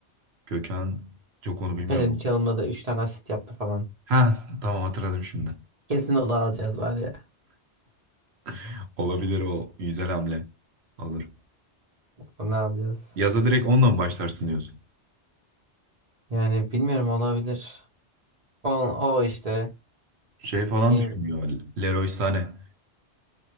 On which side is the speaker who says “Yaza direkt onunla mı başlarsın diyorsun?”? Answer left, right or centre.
Right